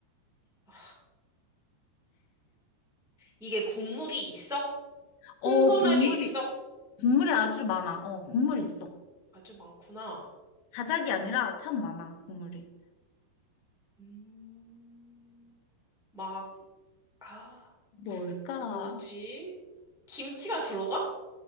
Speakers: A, in the centre; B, on the left (about 75°).
A: 아, 이게 국물이 있어?
B: 어,
A: 흥건하게
B: 국물이,
A: 있어?
B: 국물이 아주 많아. 어, 국물 있어.
A: 아주 많구나.
B: 자작이 아니라 참 많아, 국물이.
A: 음, 막, 아,
B: 뭘까?
A: 뭐지? 김치가 들어가?